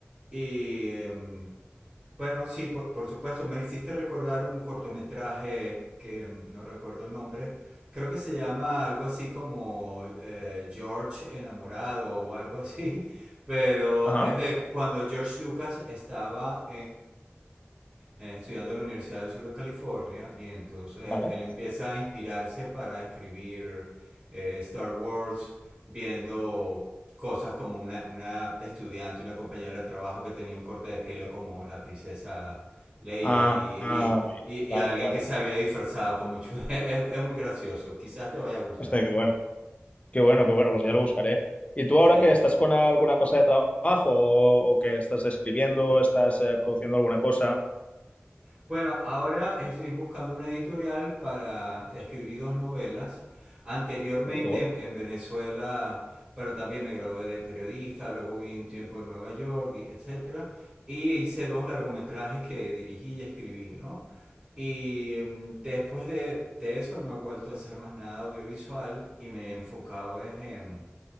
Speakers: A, on the right (about 30°); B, on the left (about 30°).
A: y, em, Bueno, sí, por, por supuesto, me hiciste recordar un cortometraje que mm, no recuerdo el nombre, creo que se llama algo así como eh, George enamorado o algo así, <laughs> pero
B: Ajá,
A: es de cuando George Lucas estaba eh, estudiando en la Universidad del Sur de California y entonces
B: vale.
A: él empieza a inspirarse para escribir eh, Star Wars viendo cosas como una, una estudiante, una compañera de trabajo que tenía un corte de pelo como la princesa Leia
B: Ah,
A: y, y,
B: ah, bien.
A: y,
B: vale,
A: y alguien
B: vale.
A: que se había disfrazado como Chue. <laughs> Es, es muy gracioso, quizás te vaya a gustar.
B: Hostia, qué bueno. Qué bueno, qué bueno, pues ya lo buscaré. ¿Y tú
A: Sí,
B: ahora que estás con alguna cosa de trabajo o, o que estás escribiendo, estás eh, produciendo alguna cosa?
A: Bueno, ahora estoy buscando una editorial para escribir dos novelas. Anteriormente
B: Oh, qué bueno.
A: en, en Venezuela, pero también me gradué de periodista, luego viví un tiempo en Nueva York, y etcétera, y hice dos largometrajes que dirigí y escribí, ¿no? Y mm, después de, de eso no he vuelto a hacer más nada audiovisual y me he enfocado es en,